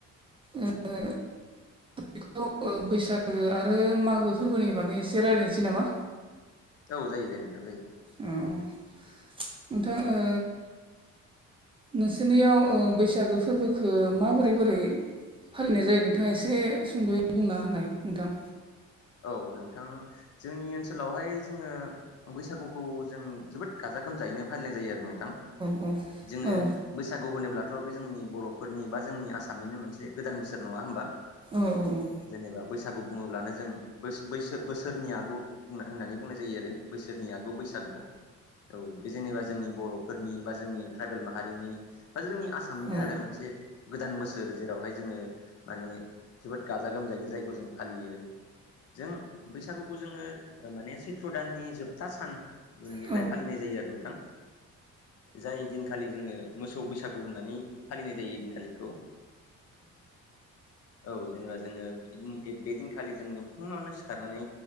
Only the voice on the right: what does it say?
ओ बेखौ बैसाग ओ‌ आरो मागो फोरबोनि बागै एसे रायज्लायनोसै नामा
अ अ नोंथां ओ नोंसोरनियाव ओ बैसागो फोरबोखौ माबोरै बोरै फालिनाय जायो नोंथाङा एसे सुंद'यै बुंना होननाय नोंथां
उम
औ
औ औ औ
औ जोंनि
औ